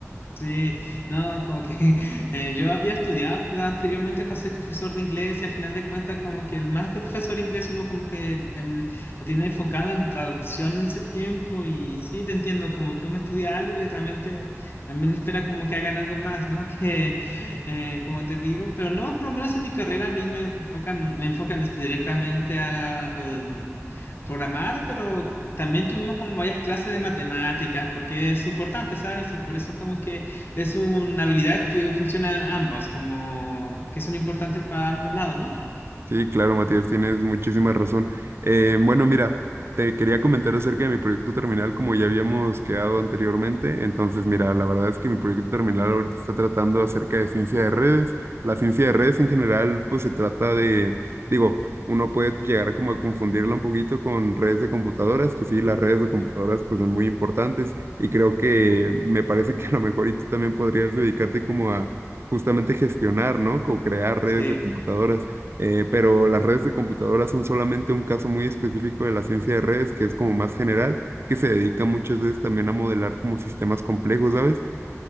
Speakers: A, on the left (about 45°); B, on the right (about 50°).
A: Sí, no, como que <laughs> eh, yo había estudiado cu- anteriormente para ser profesor de inglés y al final de cuentas como que el máster profesor de inglés uno como que te- lo tiene enfocado en traducción en ese tiempo y sí, te entiendo, como que uno estudia algo y realmente también espera como que hagan algo más, ¿no? <laughs> Que eh, como te digo, pero no, por lo menos en mi carrera a mí me enfocan, me enfocan es- directamente a... um, a programar, pero también tuvimos como varias clases de matemáticas, porque es importante, ¿sabes? Y por eso como que es una habilidad que funciona en ambas, como que son importantes para ambos lados, ¿no?
B: Sí, claro, Matías, tienes muchísima razón. Eh, bueno, mira, te quería comentar acerca de mi proyecto terminal, como ya habíamos quedado anteriormente. Entonces, mira, la verdad es que mi proyecto terminal ahorita está tratando acerca de ciencia de redes. La ciencia de redes en general, pues se trata de, digo, uno puede llegar como a confundirla un poquito con redes de computadoras, que sí, las redes de computadoras
A: Sí.
B: pues son muy importantes y creo que me parece que a lo mejor y tú también podrías dedicarte como a justamente gestionar, ¿no? O crear redes
A: Sí.
B: de computadoras. Eh, pero las redes de computadoras son solamente un caso muy específico de la ciencia de redes, que es como más general, que se dedica muchas veces también a modelar como sistemas complejos, ¿sabes?